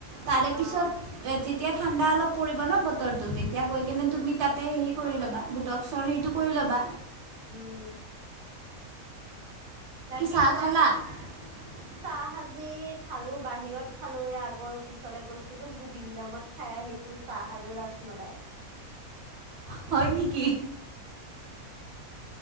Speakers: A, on the right (about 55°); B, on the right (about 75°).
A: তাৰে পিছত।
B: অ
A: যেতিয়া ঠাণ্ডা অলপ পৰিব ন বতৰটো তেতিয়া গৈ কেনে তুমি তাতে হেৰি কৰি ল'বা বটক। চৰ্হীটো কৰি ল'বা।
B: উ'ম। বাকী
A: চাহ
B: কোৱা।
A: খালা <inaudible>
B: চাহ আজি খালো বাহিৰত খালো এয়া আগৰ অফিচলৈ গৈছিলো গোবিন্দমত। খাই আহিছো চাহ আৰু ৰচমলাই।
A: হয় নেকি।